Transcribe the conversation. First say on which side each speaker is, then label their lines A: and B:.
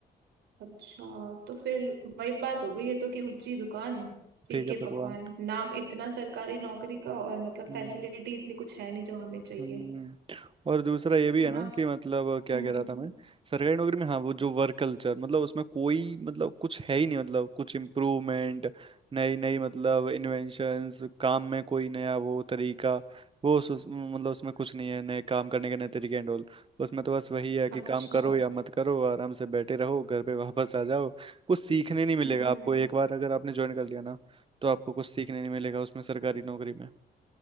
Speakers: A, on the right; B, on the right.
A: अच्छा तो फिर वही बात हो गई है तो कि ऊंची दुकान फीके
B: ठीक है भगवान
A: पकवान नाम इतना सरकारी नौकरी का और मतलब
B: हम्म।
A: फैसिलिटी इतनी कुछ है नहीं जो हमें चाहिए
B: हम्म और दूसरा ये भी
A: है
B: है
A: ना
B: ना कि मतलब
A: हम्म
B: क्या कह रहा
A: हम्म
B: था मैं सरकारी नौकरी में हाँ वो जो वर्क कल्चर मतलब उसमें कोई मतलब कुछ है ही नहीं मतलब कुछ इम्प्रूवमेंट नई नई मतलब इन्वेंशंस काम में कोई नया वो तरीका वो उस, उस- मतलब उसमें कुछ नहीं है नए काम करने के नए तरीके एंड ऑल उसमें तो बस वही है कि
A: अच्छा
B: काम
A: हम्म
B: करो या मत करो आराम से बैठे रहो घर पे वापस आ जाओ कुछ सीखने नहीं मिलेगा
A: हम्म
B: आपको एक बार अगर आपने ज्वाइन कर लिया ना तो आपको कुछ सीखने नहीं मिलेगा उसमें सरकारी नौकरी में